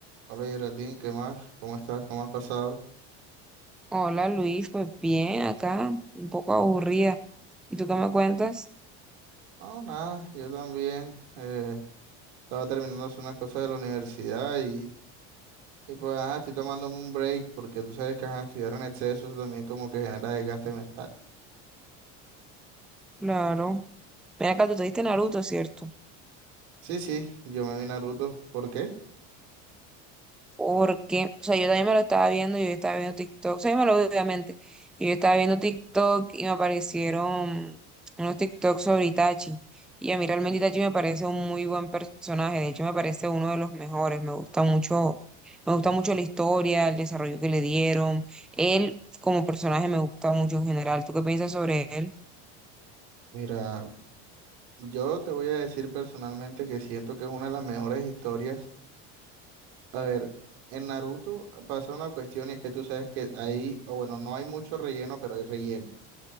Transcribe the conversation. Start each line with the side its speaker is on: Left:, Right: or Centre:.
Right: Hola Geraldine, ¿qué más? ¿Cómo estás? ¿Cómo has pasado?
Centre: Hola Luis, pues bien, acá, un poco aburrida. ¿Y tú qué me cuentas?
Right: No, nada, yo también. eh, estaba terminando de hacer unas cosas de la universidad y, y pues ajá, estoy tomándome un break porque tú sabes que ajá, estudiar en exceso eso también como que genera desgaste mental.
Centre: Claro. Mira acá, tú te diste Naruto, ¿cierto?
Right: Sí, sí, yo me vi Naruto. ¿Por qué?
Centre: Porque, o sea, yo también me lo estaba viendo, yo estaba viendo TikTok, o sea, yo me lo vi obviamente, y yo estaba viendo TikTok y me aparecieron unos TikToks sobre Itachi. Y a mí realmente Itachi me parece un muy buen personaje, de hecho me parece uno de los mejores, me gusta mucho, me gusta mucho la historia, el desarrollo que le dieron. Él como personaje me gusta mucho en general. ¿Tú qué piensas sobre él?
Right: Mira, yo te voy a decir personalmente que siento que es una de las mejores historias. A ver, en Naruto pasa una cuestión y es que tú sabes que ahí, o bueno, no hay mucho relleno, pero hay relleno.